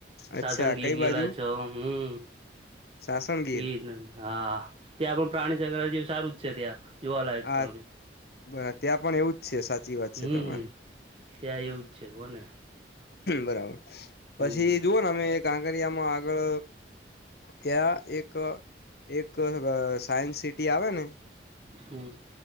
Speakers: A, on the left; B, on the right.
A: અચ્છા
B: સાસણ ગીર
A: કઈ
B: ગયેલા
A: બાજુ
B: છો હું.
A: સાસણગીર
B: ગીર હા ત્યાં પણ પ્રાણી સક્રાંતિ સારું જ છે, ત્યાં જોવાલાયક સ્થળ.
A: આ <unintelligible> ત્યાં પણ એવું જ છે, સાચી વાત છે,
B: હમ
A: તમારી.
B: ત્યાં એવું જ છે કોને
A: બરાબર
B: હમ
A: પછી જુવો ને અમે કાંકરિયામાં આગળ ત્યાં એક એક સાયન્સ સિટી આવે ને
B: હમ્મ.